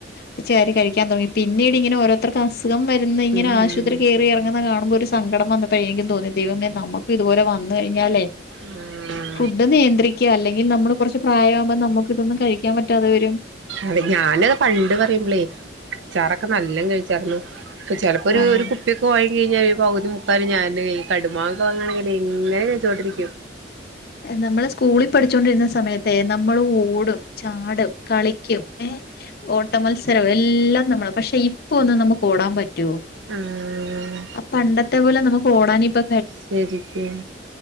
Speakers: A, on the left (about 55°); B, on the right (about 75°).
A: വലിച്ചാരി കഴിക്കാൻ തുടങ്ങി പിന്നീട് ഇങ്ങനെ ഓരോ അത്രയ്ക്ക്സുഖം വരുന്ന ഇങ്ങനെ
B: ഉം
A: ആശുപത്രി കയറിയിറങ്ങുന്ന കാണണം മ്പ ഒരു സങ്കടം വന്നപ്പോഴെങ്കും തോന്നി ദൈവമേ നമക്കും ഇതുപലെ വന്നു കഴിഞ്ഞാലേ
B: ആഹ്
A: ഫുഡ് നിയന്ത്രിക്കുക അല്ലെങ്കിൽ നമ്മൾ കുറച്ച് പ്രായമാകുമ്പോ നമുക്ക് ഇതൊന്ന കഴിക്കാൻ പറ്റാതെ വരും
B: അതെ ഞാനത് പണ്ട് പറയുമ്പളേ അച്ചാറൊക്കെ നല്ല കഴിച്ചരുന്നുപ്പ ചിലപ്പോ
A: ആഹ്.
B: ഒരു ഇപ്പൊക്കെ വാങ്ങി കഴിഞ്ഞൽ ഒരു പകുതി മുക്കാൽ ഞൻ ഈ കടുമാകൊക്കെ വങ്ങണമെങ്കിൽ ങ്ങനെ കഴിച്ചോണ്ടിരിക്കും
A: നമ്മൾ സ്കൂളിൽ പഠിച്ചോണ്ടിരുന്ന സമയത്തെ നമ്മൾ ഓടും ചാടും കളി ക്കും ഏഹ് ഓട്ട മത്സരവും എല്ലാം നമ്മള് പക്ഷെ ഇപ്പൊ ഒന്ന് നമുക്ക് ഓടാൻ പറ്റും റ്റോ
B: ആഹ്
A: ആ പണ്ടത്തെ പോലെ നമുക്ക് ഓടാന ഇപ്പൊ
B: ശരിക്കും